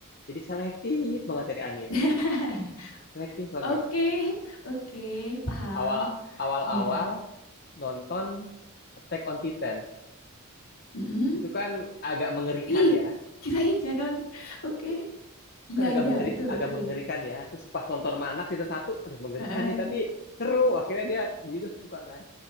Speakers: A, on the left (about 45°); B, on the left (about 70°).
A: Jadi selektif banget dari anime.
B: <laughs>
A: Selektif banget.
B: Oke, oke, paham.
A: Awal awal-awal
B: Iya.
A: nonton Attack on Titan.
B: mm
A: itu kan agak mengerikan
B: Ih,
A: ya.
B: kirain gak non. Oke. Iya,
A: Kan agak
B: iya,
A: mengeri,
B: betul,
A: agak
B: betul.
A: mengerikan ya. Terus pas nonton sama anak season satu, aduh mengerikan
B: Heeh.
A: nih tapi seru. Akhirnya dia dia juga suka kan.